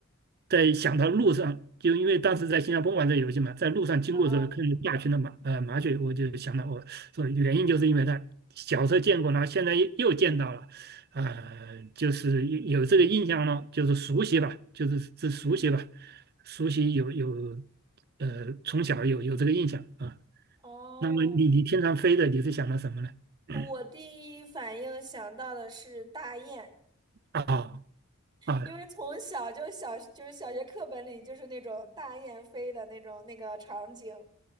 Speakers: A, on the right; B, on the right.
A: 在想到路上，就因为当时在新加坡玩这个游戏嘛，在路上经过的时候看见大群的麻呃麻雀，
B: 啊啊，
A: 我就想到我说原因就是因为它小时候见过，然后现在又又见到了。呃，就是有有这个印象了，就是熟悉吧，就是是熟悉吧。熟悉有有，呃，从小有有这个印象啊。
B: 哦，
A: 那么你你天上飞的，你是想到什么呢？<coughs>
B: 我第一反应想到的是大雁。
A: 啊啊
B: 因为从小就小就是小学课本里就是那种大雁飞的那种那个场景，